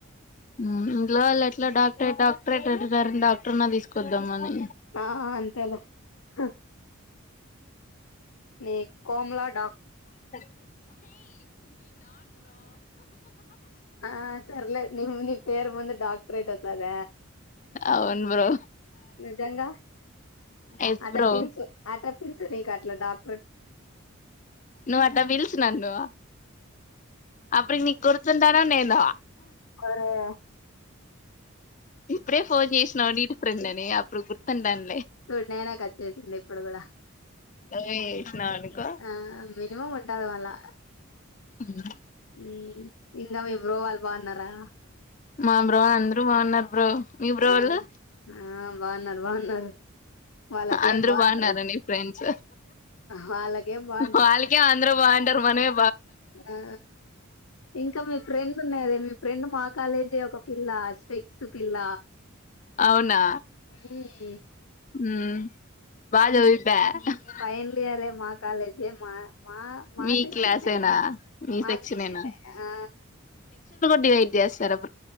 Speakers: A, on the left; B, on the left.
A: ఉమ్ ఇంట్లో వాళ్ళు ఎట్లా డాక్టరేట్ డాక్టరేట్ అంటున్నారని డాక్టర్ నాన్న తీసుకొద్దామని
B: ఆ అంతేలే హ ని కోమలా డాక్
A: ఉమ్
B: ఆ సర్లే నిమ్ ని పేరు ముందు డాక్టరేట్ వత్తాద
A: అవును బ్రో
B: నిజంగా
A: ఎస్
B: ఆట
A: బ్రో
B: పిన్సు ఆట పిన్సు నీకట్ల డాక్
A: నువ్వు అట్లా పిల్సు నన్ను అప్పుడికి నీకు గుర్తుంటానా నేన్ నా
B: ఒకరే
A: ఇప్పుడే ఫోన్ జెస్నాడు వీడు ఫ్రెండ్ అని అప్పుడు గుర్తుండన్
B: సూడ్ నేనె కద చేసింది ఇప్పుడు కూడా
A: నువ్వే చేసినావు అనుకో
B: ఆ మినిమం ఉం కాదు మళ్లా
A: అవునా
B: ఉమ్ ఇంగా మీ బ్రో వాళ్ళు బాగున్నారా
A: మా బ్రో అందరూ బాగున్నారు బ్రో మీ బ్రో
B: ఆ
A: లు
B: ఆ బాగున్నారు బాగున్నారు వాళ్ళకేం
A: అందరు
B: బాగుంటారు
A: బాగున్నార ని ఫ్రెండ్స్
B: వాళ్ళకేం బాగుంటారు
A: వాళ్ళకేం అందరు వాండర్ మనేమే
B: ఆ ఇంకా మీ ఫ్రెండ్ ఉన్నాదే మీ ఫ్రెండ్ మా కాలేజే ఒక పిల్ల స్పెడ్స్ పిల్ల
A: అవునా
B: ఉమ్
A: ఉమ్ బాచదివిద్దా హ
B: ఫైనల్ ఇయరే మా కాలేజే మా మా మాసెక్షనే.
A: మీ క్లాసేనా మీ
B: మాసెక్షనే.
A: సెక్షనేనా
B: ఆ
A: యితే ఎంచేస్తనం.